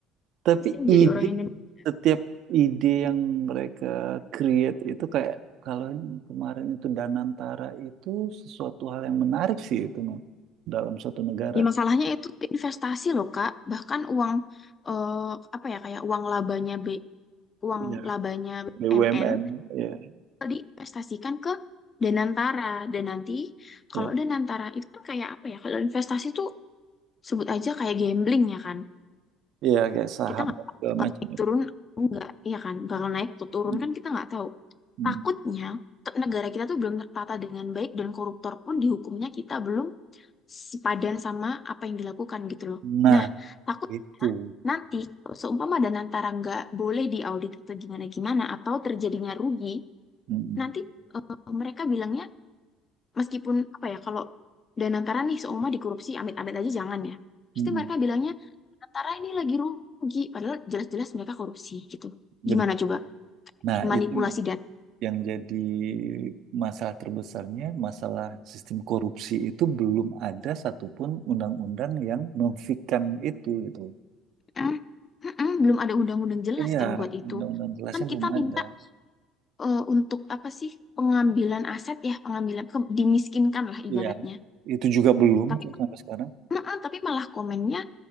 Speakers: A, on the right; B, on the left.
A: tapi
B: pusing jadi
A: ide
B: orang Indonesia
A: setiap ide yang mereka create itu kayak kalau yang kemarin itu Danantara itu sesuatu hal yang menarik sih itu Mam, dalam suatu negara
B: ya, masalahnya itu investasi loh kak bahkan uang eh, apa ya kayak uang labanya B uang
A: iya
B: labanya BMN
A: BUMN iya
B: diinvestasikan ke Danantara dan nanti kalau
A: iya
B: Danantara itu kan kayak apa ya kalau investasi tuh sebut aja kayak gambling ya kan
A: iya kayak saham
B: kita nggak
A: dan
B: tahu
A: segala
B: bakal
A: macam
B: naik
A: ya.
B: turun atau enggak iya kan bakal naik atau turun
A: Mm,
B: kan kita nggak tahu
A: mm.
B: takutnya te- negara kita tuh belum tertata dengan baik dan koruptor pun dihukumnya kita belum sepadan sama apa yang dilakukan gitu loh
A: nah
B: nah takutnya
A: itu
B: nanti kalau seumpama dan antara nggak boleh diaudit atau gimana gimana atau terjadinya rugi
A: Mm,
B: nanti eh, mereka bilangnya meskipun apa ya kalau dan antara nih seumur dikorupsi amit-amit aja jangan ya
A: mm,
B: pasti
A: mm,
B: mereka
A: mm.
B: bilangnya antara ini lagi rugi padahal jelas-jelas mereka korupsi gitu gimana
A: Benar.
B: coba
A: nah
B: manipulasi
A: itu yang
B: data
A: yang jadi masalah terbesarnya, masalah sistem korupsi itu belum ada satupun undang-undang yang memfikan itu gitu.
B: Mm, mm-mm, belum ada undang-undang jelas
A: Iya,
B: kan buat itu
A: undang-undang jelasnya
B: kan
A: belum
B: kita
A: ada.
B: minta eh, untuk apa sih pengambilan aset ya pengambilan ke- dimiskinkan lah ibaratnya
A: Iya, itu juga belum
B: tapi
A: kok sampai sekarang.
B: mm-mm, tapi malah komennya